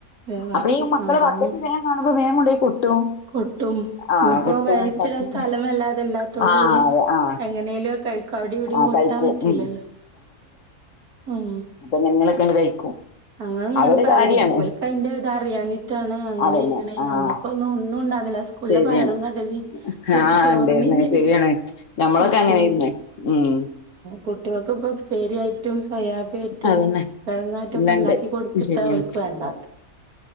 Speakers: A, on the right (about 75°); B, on the left (about 60°).
A: വേവാക്കി
B: അപ്പള് ഈ മക്കള്
A: അതന്നെ
B: ബക്കറ്റ് വേം കാണുമ്പം വേം കൊണ്ടയി കൊട്ടും.
A: കൊട്ടും,
B: ആ
A: ഇനിയിപ്പോ
B: കൊട്ടും
A: വേസ്റ്റിടാൻ
B: ഭക്ഷണം
A: സ്ഥലം വല്ലാതില്ലാത്തൊണ്ട്
B: ആ
A: പിന്നെ
B: അതെ ആ
A: എങ്ങനേലും കഴി ക്ക അവിടം ഇവിടിം
B: ആ
A: കൊട്ടാൻ
B: കഴിക്കും
A: പറ്റൂലല്ലോ.
B: ഉം
A: ഉം
B: അങ്ങനിങ്ങനൊക്കെണ്ട് കഴിക്കും.
A: അങ്ങള് ഇങ്ങനെ
B: അതൊരു
A: പറയുയ്.
B: കാര്യാണ്
A: ഓൽക്ക് അയിന്റെ ഇത അറിയാഞ്ഞിട്ടാണ് അങ്ങനെ
B: അതന്നെ
A: ഇങ്ങനെ
B: ആഹ്
A: നമ്മുക്കൊന്നും ഒന്നും ഉണ്ടാരുന്നില്ല സ് ക്കുളള,
B: ശരിയാണ്
A: പയറും കടലിം കൂട്ടി
B: ആഹ്
A: ചോർന്നീനീന്ന്
B: ഉണ്ടായിരുന്നേ ശരിയാണ് ഞമ്മളൊക്കെ
A: ഉസ്കൂ
B: അങ്ങനെയായിരുന്നേ ഉം
A: കുട്ടിയൾക്ക്പ്പൊ ഉപ്പേരിയായിട്ടും, സോയാബി ആയിട്ടും
B: അതന്നെ
A: കഴങ്ങായിറ്റൊ
B: ഇല്ലണ്ട്
A: ക്കെ ഉണ്ടാക്കി കൊടുത്തിട്ടാ
B: ശരിയാണ്
A: ഓൽക്ക് വേണ്ടാത്ത